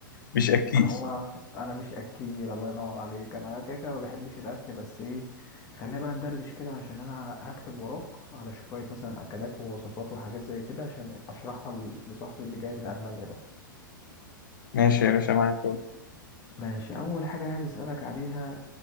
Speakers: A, on the left; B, on the left.
A: مش اكيل
B: هو انا مش اكيل الله ينور عليك انا كده كده ما بحبش الاكل بس ايه خلينا بقى ندردش كده عشان انا هكتب وراك على شويه مثلا اكلات ووصفات وحاجات زي كده عشان اشرحها ل- لصاحبي اللي جاي من المانيا ده
A: ماشي يا باشا معاك اهو
B: ماشي اول حاجه عايز اسالك عليها